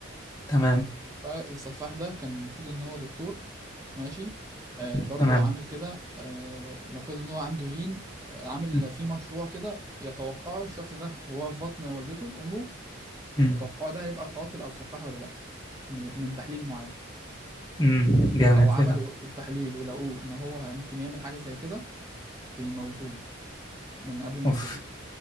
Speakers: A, on the left (about 20°); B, on the right (about 15°).
A: تمام
B: فالسفاح ده كان المفروض ان هو دكتور ماشي آه، برضو
A: تمام
B: عامل كده آه، المفروض ان هو عنده جين آه، عامل
A: مم.
B: فيه مشروع كده يتوقعه الشخص ده هو في بطن والدته امه
A: مم.
B: يتوقعه ده هيبقى قاتل او سفاح ولا لا من من تحليل معين
A: مم. جامد
B: لو عملوا
A: ايه ده
B: التحليل ولقوه ان هو ممكن يعمل حاجة زي كده بيموتوه من قبل ما
A: اوف
B: يتولد